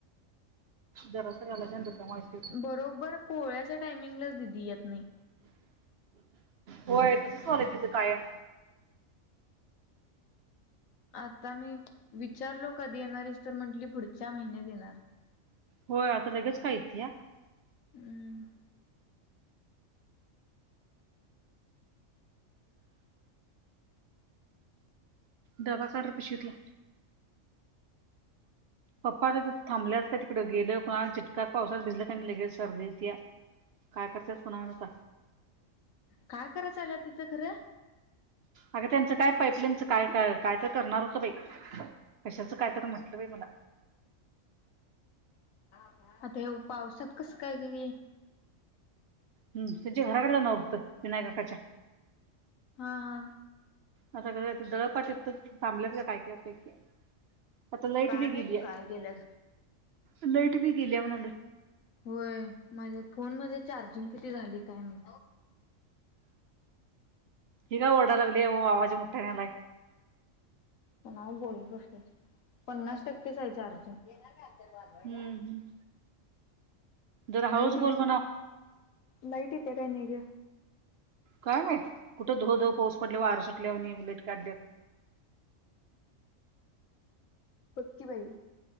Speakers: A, on the right; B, on the left.
A: जरासं घालायचं आणि रिकामं व्हायचं
B: बरोबर पोळ्याच्या टायमिंगलाच दिदी येत नाही.
A: होय तसच व्हालयं तिच कायम
B: आता मी विचारलो कधी येणारीस तर म्हंटली पुढच्या महिन्यात येणार
A: होय आता लगेच काय येत्या
B: हम्म
A: दवा काढ रपय शितला पप्पा आ थांबल्यात का तिकडडे गेलं कुणाला चितटका पावसात भिल्या का नाही लगेल सर्दी होती्या काय करतत पुन आता
B: काय करायचं आला तिथं खरं
A: अगं त्यांचं काय पाईपलाईनच काय काय कायतर करणार होतं बाई कशाच काय तर म्हंटलं बाई मला
B: आता ह्यो पावसात कसं काय ग हे
A: हम्म त्यांच्या घराकडं जाणार‌ हुतं विनायक‌ काकाच्या
B: हा हा
A: आता क कायतरी दळप आहे तिथं थांबलेत का काय माहिती आता लाईट
B: काय
A: बी
B: माहित
A: गेल्या,
B: काय केल्यात
A: लाईट बी गेली म्हणालोय.
B: होय माझे फोन मध्ये चार्जिंग किती झाली काय मी
A: हिग ओरडा लागली आहे आवाज मुठाण्यालाय
B: प बोलस पन्नास टक्केचायचे अर्जुून जनग आेय बलयईला
A: हम् हम् जर हळूच
B: लाईट
A: बोल ब ना
B: लाईट इेते काय नग
A: काय माहत कुठं धु धवऊ पाऊस पडल्यावर वारसटल्या आणि ललेट काढल्या
B: पक्की बाई